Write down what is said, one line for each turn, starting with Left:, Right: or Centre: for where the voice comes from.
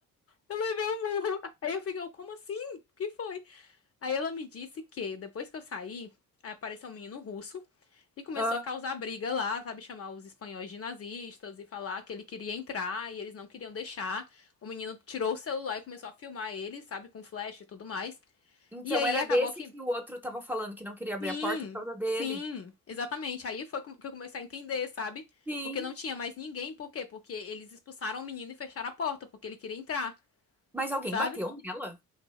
Left: Eu levei um murro. Aí eu fiquei, eu, como assim? O que foi? Aí ela me disse que depois que eu saí, aí apareceu um menino russo e começou
Centre: Ah.
Left: a causar briga lá, sabe? Chamar os espanhóis de nazistas e falar que ele queria entrar e eles não queriam deixar. O menino tirou o celular e começou a filmar ele, sabe? Com flash e tudo mais.
Centre: Então
Left: E aí
Centre: era
Left: acabou
Centre: desse
Left: que.
Centre: que o outro tava falando que não queria abrir
Left: Sim,
Centre: a porta por causa dele.
Left: sim, exatamente. Aí foi com- que eu comecei a entender, sabe?
Centre: Sim.
Left: Porque não tinha mais ninguém. Por quê? Porque eles expulsaram o menino e fecharam a porta, porque ele queria entrar,
Centre: Mas alguém
Left: sabe?
Centre: bateu nela?